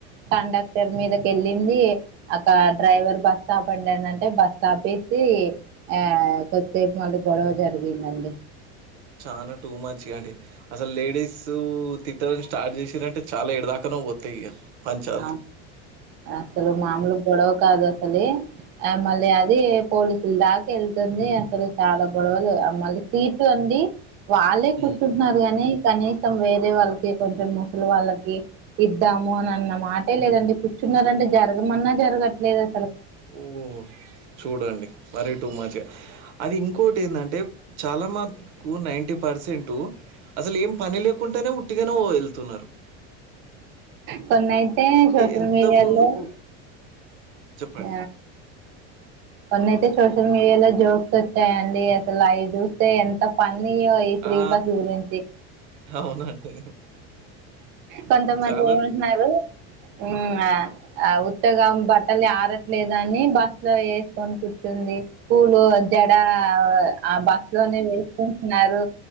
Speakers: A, on the right (about 35°); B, on the right (about 85°).
A: కాండక్ టర్ మీదకేళ్ళింది అక డ్రైవర్ బస్ స్టాప్ అండి అ అంటే బస్ ఆపేసి ఆ కొద్దిసేపు మళ్ళీ గొడవ జరిగిందండి
B: చనా టూ మచ్గాండి అసలు లేడీస్ తిట్టడం స్టార్ట్ చేసిరంటే చాలా ఎడిదాకనో పోతయి ఇగ పంచాలు.
A: ఆ అసలు మామూలు గొడవ కాదు అసలే ఆ మళ్ళీ అది పోలీసుల దాకా వెళ్తుంది అసలు చాలా గొడవలు మళ్ళీ సీట్ అ డి వాళ్ళే కూర్చుంటున్నారు
B: హ్మ్.
A: గానీ కనీసం వేరే వాళ్ళకి కొంచెం ముసలీ వాళ్ళకి ఇద్దాము అని అన్నామా మాటే లేదండి కూర్చున్నారు అంటే జరగమన్నా జరగట్లేదం
B: ఊ చూడండి మరీ టుమాచ్ అది ఇంకోటి ఏంటంటే చాలా మకు నైంటీ పర్సెంట్ అసలు ఏం పని లేకుంటేనే ఉట్టిగనే వెళ్తున్నారు
A: కొన్ని అయితే సోషల్
B: ఎంత
A: మీడియాలో
B: ముందుకు చెప్పండి.
A: ఆ కొన్ని అయితే సోషల్ మీడియాలో జోక్స్ వచ్చాయండి అసలు అవి చూస్తే ఎంత ఫన్ అన్న ఈ ఫ్రీ
B: ఆ!
A: బస్ లగురించి
B: అవునండి.
A: కొంతమంది
B: చాలా
A: ఏమంటున్నారు ఊ ఆ ఉత్తగా బట్టలు ఆరట్లేదు అని బస్సులో ఏస్ కని కూర్చుంది పూలు జడ ఆ బస్ లోనే వేసుకొని న్నారు